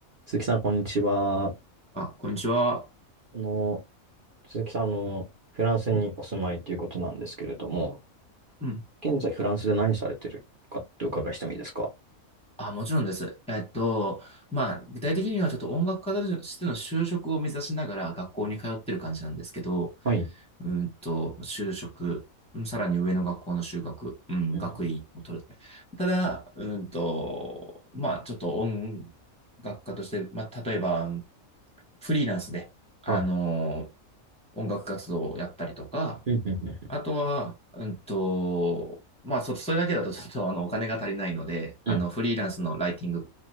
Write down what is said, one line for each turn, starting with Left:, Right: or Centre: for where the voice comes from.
Right: 鈴木さん、こんにちは。あ
Centre: あ、こんにちは。
Right: の、鈴木さん、あの、フランスにお住まいということなんですけれども、
Centre: うん、うん。
Right: 現在フランスで何されてるかってお伺いしてもいいですか
Centre: あ、もちろんです。えっと、まあ、具体的にはちょっと音楽家としての就職を目指しながら学校に通ってる感じなんですけど、
Right: はい。
Centre: うんと、就職、うんさらに上の学校の修学、うん、
Right: うん
Centre: 学位を取る。ただ、うんと、まあ、ちょっと音楽家として、まあ、例えば、フリーランスで、あの、
Right: はい。
Centre: 音楽活動をやったりとか、
Right: うん、うん、うん、
Centre: あとは、うんと、まあ、そ、それだけだとちょっとあの、お金が足りないので、あの、
Right: うん、
Centre: フリーランスのライティング、